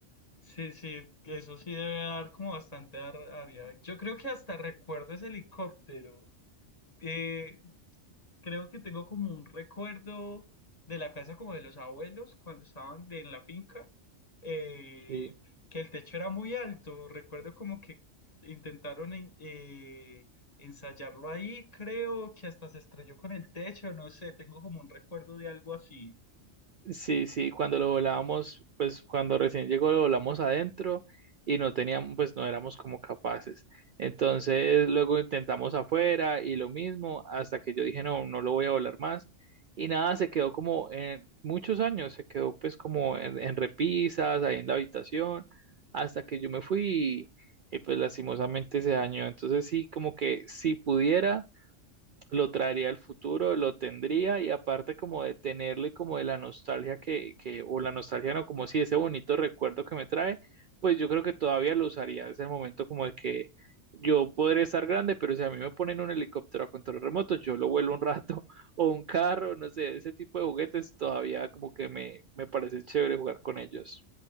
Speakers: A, on the left; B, on the right.
A: Sí, sí, eso sí debe dar como bastante ar- rabia. Yo creo que hasta recuerdo ese helicóptero. Eh, creo que tengo como un recuerdo de la casa como de los abuelos cuando estaban de- en la finca, eh,
B: Sí.
A: que el techo era muy alto. Recuerdo como que intentaron en- eh, ensayarlo ahí, creo que hasta se estrelló con el techo, no sé, tengo como un recuerdo de algo así.
B: Sí, sí, cuando lo volábamos, pues cuando recién llegó lo volamos adentro y no teníamos, pues no éramos como capaces. Entonces luego intentamos afuera y lo mismo, hasta que yo dije, no, no lo voy a volar más. Y nada, se quedó como en muchos años, se quedó pues como en, en repisas, ahí en la habitación, hasta que yo me fui y, y, pues lastimosamente se dañó. Entonces sí, como que si pudiera lo traería al futuro, lo tendría y aparte como de tenerlo y como de la nostalgia que, que o la nostalgia no, como si ese bonito recuerdo que me trae, pues yo creo que todavía lo usaría. Es el momento como de que yo podré estar grande, pero si a mí me ponen un helicóptero a control remoto, yo lo vuelo un rato <laughs> o un carro, no sé, ese tipo de juguetes todavía como que me, me parece chévere jugar con ellos.